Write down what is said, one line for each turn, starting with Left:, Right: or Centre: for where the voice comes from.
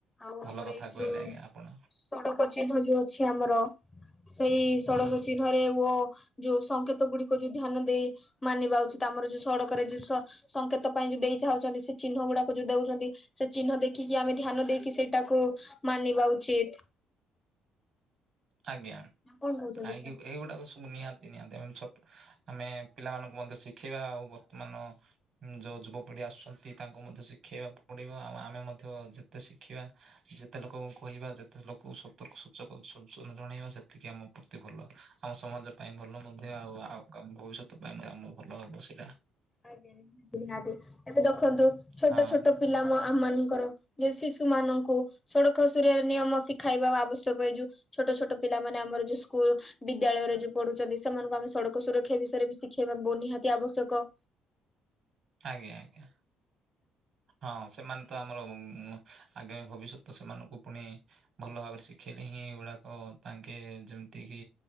Left: ଆଉ
Right: ଭଲ
Left: ଆମର
Right: କଥା
Left: ଏଇ ଯୋଉ
Right: କହିଲେ ଆଜ୍ଞା ଆପଣ
Left: ସଡ଼କ ସଡ଼କ ଚିହ୍ନ ଯୋଉ ଅଛି ଆମର ସେଇ ସଡ଼କ ଚିହ୍ନରେ ଓ ଯୋଉ ସଂଙ୍କେତ ଗୁଡିକ ଯୋଉ ଧ୍ୟାନ ଦେଇ ମାନିବା ଉଚିତ ଆମର ଯୋଉ ସଡକରେ ଯୋଉ ସ ସଂଙ୍କେତ ପାଇଁ ଯୋଉ ଦେଇଥାଉଛନ୍ତି ସେ ଚିହ୍ନ ଗୁଡାକୁ ଯୋଉ ଦେଉଛନ୍ତି। ସେ ଚିହ୍ନ ଦେଖିକି ଆମେ ଧ୍ୟାନ ଦେଇକି ସେଇଟାକୁ ମାନିବା ଉଚିତ୍।
Right: ଆଜ୍ଞା
Left: କଣ କହୁଛନ୍ତି
Right: ଆ
Left: ସାର୍?
Right: ଏଇଗୁଡାକ ସବୁ ନିହାତି ନିହାତି ଆମ ଛ ଆମେ ପିଲାମାନଙ୍କୁ ମଧ୍ୟ ଶିଖେଇବା ଆଉ ବର୍ତ୍ତମାନ ଯୋଉ ଯୁବପିଢି ଆସୁଛନ୍ତି ତାଙ୍କୁ ମଧ୍ୟ ଶିଖେଇବାକୁ ପଡିବ, ଆଉ ଆମେ ମଧ୍ୟ ଯେତେ ଶିଖିବା ସେତେ ଲୋକଙ୍କୁ କହିବା ଯେତେ ଲୋକ ସତକ ସୁଚକ <inaudible> ଜଣେଇବା ସେତିକି ଆମ ପ୍ରତି ଭଲ ଆମ ସମାଜ ପାଇଁ ଭଲ। ଆଉ ଆଉ ଆମ ଭବିଷ୍ୟତ ପାଇଁ ଆମ ଭଲ ହବ ସେଟା
Left: ଆଜ୍ଞା ନିହାତି। ଏବେ ଦେଖନ୍ତୁ ଛୋଟ
Right: ହଁ
Left: ଛୋଟ ପିଲା ମୋ ଆମ ମାନଙ୍କର। ଯେ ଶିଶୁ ମାନଙ୍କୁ ସଡକ ସୁରିୟା ନିୟମ ଶିଖାଇବା ଆବଶ୍ୟକ ଏଇ ଯୋଉ ଛୋଟ ଛୋଟ ପିଲାମାନେ ଆମର ଯୋଉ ସ୍କୁଲ ବିଦ୍ୟାଳୟରେ ଯୋଉ ପଢୁଛନ୍ତି, ସେମାନଙ୍କୁ ଆମେ ସଡକ ସୁରକ୍ଷା ବିଷୟରେ ବି ଶିଖେଇବା ବୋ ନିହାତି ଆବଶ୍ୟକ।
Right: ଆଜ୍ଞା ଆଜ୍ଞା। ହଁ ସେମାନେ ତ ଆମର ଆଗାମୀ ଭବିଷ୍ୟତ ସେମାନଙ୍କୁ ପୁଣି ଭଲ ଭାବରେ ଶିଖେଇଲେ ହିଁ ଏଗୁଡାକ ତାଙ୍କେ ଯେମିତି କି